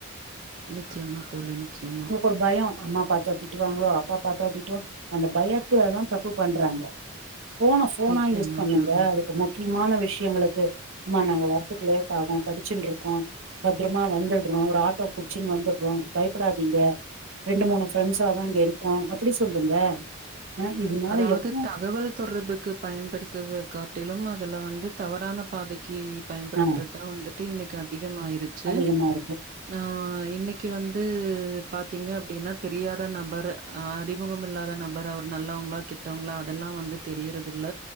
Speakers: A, on the right (about 40°); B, on the right (about 65°).
A: நிச்சியமா தோழி நிச்சியமா
B: ஒரு பயோ அம்மா பாத்தா திட்டுவாங்களோ அப்பா பாத்தா திட்டுவாங்களோ அந்த பயத்துலதான் தப்பு பண்றாங்க ஃபோன ஃபோனா
A: நிச்சயமா
B: யூஸ் பண்ணுங்க
A: தோழி.
B: அதுக்கு முக்கியமான விஷியங்கள மா நாங்க வர்த்துக்கு லேட் ஆகும் படிச்சின்னு இருக்கோம் பத்ரமா வந்துடுறோம் ஒரு ஆட்டோ புடிச்சின்னு வந்துடுறோம் பயப்படாதிங்க ரெண்டு மூணு ப்ரெண்ட்ஸாதான் இங்க இருக்கோம் அப்படி சொல்லுங்க அ இதனால
A: அதாவது
B: எப்போ
A: தகவல் தொடர்புக்கு பயன்படுத்தறது காட்டிலும் அதுல வந்து தவறான பாதை க்கி பயன்படுத்துறது
B: ஆ
A: தான் வந்து ட்டு அது இன்னைக்கு அதி கமாயிருச்சி
B: அதிகமா இருக்கு
A: ஆ இன்னைக் கீவந்து பாத்திங்கன அப்டினா தெரியாத நம்பர் அறிமுகம் இல்லாத நபர் அவர் நல்லவங் களா கெட்டவங்களா அதலாம் வந்து தெரியறது இல்ல